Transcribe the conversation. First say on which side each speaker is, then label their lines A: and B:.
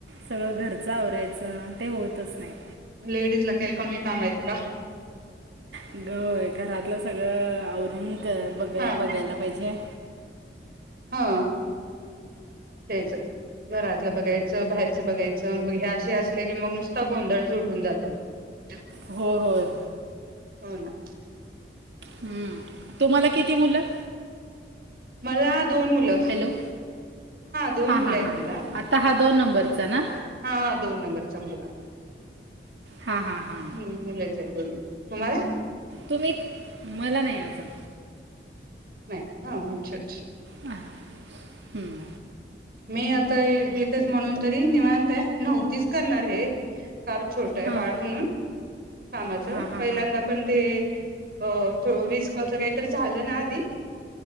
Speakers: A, on the right; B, on the right.
A: सगळं घरचं आवरायचं, ते होतच नाही.
B: लेडीज ला काही कमी काम आहेत का?
A: होय, घरातलं सगळं आवरून बघा
B: हा
A: बघायला पाहिजे.
B: हा, तेच घरात. लं बघायचं, बाहेरचं बघायचं, मग हे असे असले की, मग नुसता गोंधळ सुटून जातो. <inaudible>
A: हो, होय.
B: हो ना.
A: हम्म, तुम्हाला किती मुलं?
B: मला दोन मुलं.
A: हॅलो?
B: दोन
A: हा,
B: मुलं
A: हा,
B: आहेत
A: हा,
B: मला
A: आता हा दोन नंबरचा ना?
B: हा, दोन नंबरचा मुलगा.
A: हा हा हा
B: हम्म दोन मुलंच <unintelligible> तुम्हला?
A: तुम्ही मला नाही आजून.
B: नाही का? अच्छा अच्छा.
A: हा हम्म.
B: मी आता येतेच म्हणून तरी निवांत आहे. नव्हतीच करणार हे. फार छोटं
A: हां
B: बाळ म्हणून कामाच
A: हां हां हां
B: पहिल्यांदा आपण ते अ वीस कॉलच काहीतरी झालं ना आधी